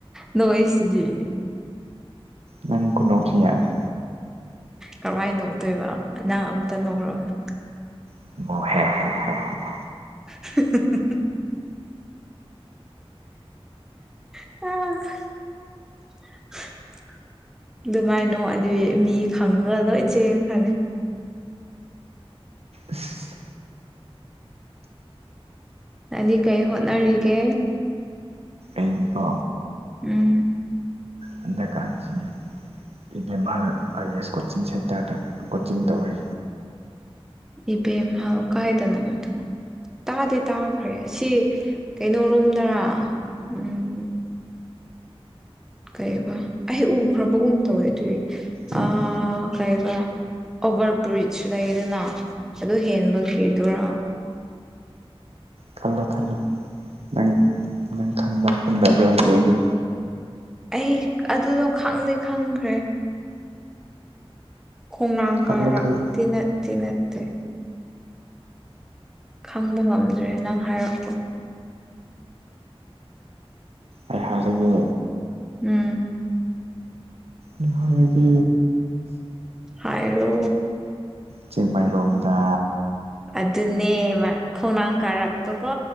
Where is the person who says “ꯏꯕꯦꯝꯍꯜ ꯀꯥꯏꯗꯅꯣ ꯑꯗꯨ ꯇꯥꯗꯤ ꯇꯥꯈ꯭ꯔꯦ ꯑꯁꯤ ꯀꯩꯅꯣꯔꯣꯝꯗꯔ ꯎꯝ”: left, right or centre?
Centre